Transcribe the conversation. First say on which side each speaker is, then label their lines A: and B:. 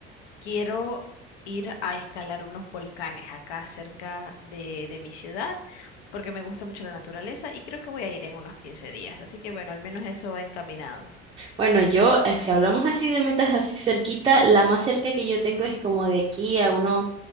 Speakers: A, on the left; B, on the right.
A: quiero ir a escalar unos volcanes acá cerca de, de mi ciudad, porque me gusta mucho la naturaleza y creo que voy a ir en unos 15 días. Así que bueno, al menos eso va encaminado.
B: Bueno, yo, eh, si hablamos así de metas así cerquita, la más cerca que yo tengo es como de aquí a unos